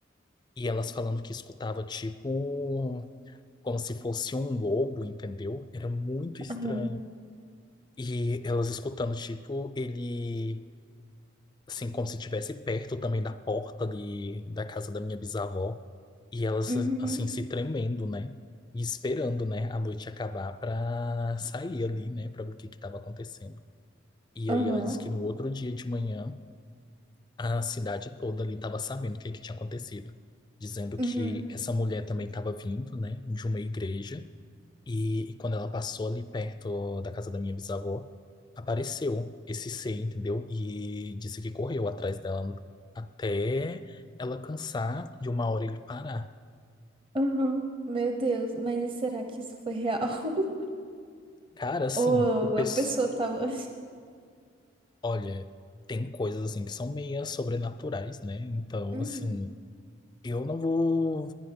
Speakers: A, on the left; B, on the right.
A: E elas falando que escutava tipo como se fosse um lobo, entendeu? Era muito estranho.
B: Aham.
A: E elas escutando, tipo, ele assim, como se estivesse perto também da porta de, da casa da minha bisavó. E elas,
B: Uhum.
A: assim, se tremendo, né? E esperando, né, a noite acabar pra sair ali, né, pra ver o que que tava acontecendo. E
B: Aham.
A: aí ela disse que no outro dia de manhã, a cidade toda ali tava sabendo o que que tinha acontecido. Dizendo que
B: Uhum.
A: essa mulher também tava vindo, né, de uma igreja e, e quando ela passou ali perto da casa da minha bisavó, apareceu esse ser, entendeu? E disse que correu atrás dela até ela cansar de uma hora ele parar.
B: Aham. Meu Deus, mas e será que isso foi real? <laughs>
A: Cara, assim,
B: Ou
A: o pes...
B: a pessoa tava.
A: olha, tem coisas assim que são meia sobrenaturais, né? Então,
B: Uhum.
A: assim, eu não vou